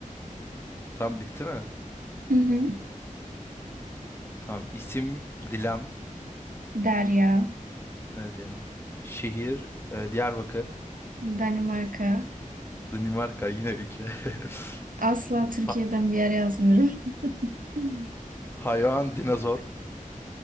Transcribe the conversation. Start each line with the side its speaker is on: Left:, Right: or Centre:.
Left: Tam bitti mi?
Right: Hı hı.
Left: Tamam. İsim Dilan.
Right: Derya.
Left: Nerede ya? Şehir e, Diyarbakır.
Right: Danimarka.
Left: Danimarka yine ülke. <laughs>
Right: Asla Türkiye'den
Left: Ha-
Right: bir yer yazmıyorum. <laughs>
Left: hayvan dinozor.